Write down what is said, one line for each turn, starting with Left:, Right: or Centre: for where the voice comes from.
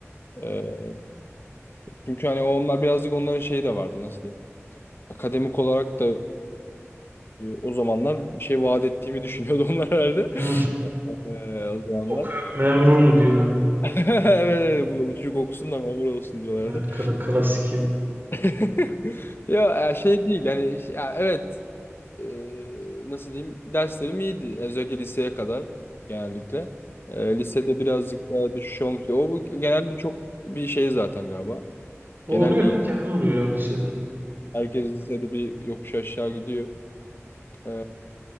Left: Ee, çünkü hani onlar birazcık onların şeyi de vardı nasıl diyeyim. Akademik olarak da e, o zamanlar bir şey vaat ettiğimi düşünüyordu <laughs> onlar herhalde.
Right: Hı.
Left: Ee, o zamanlar.
Right: Okuyor, memur ol mu diyorlardı.
Left: <laughs> Evet, evet, bu ucu kokusundan ömür olsun diyorlardı.
Right: Ha, kla- klasik ya.
Left: <laughs> Ya e, şey değil yani ş- ya, evet e, nasıl diyeyim derslerim iyiydi özellikle liseye kadar genellikle. E, lisede birazcık daha düşüş olmuştu. O bu genel bir çok bir şey zaten galiba.
Right: O
Left: Genel
Right: oluyor,
Left: bir
Right: herkes de oluyor ya lisede.
Left: herkes lisede bir yokuş aşağı gidiyor. E,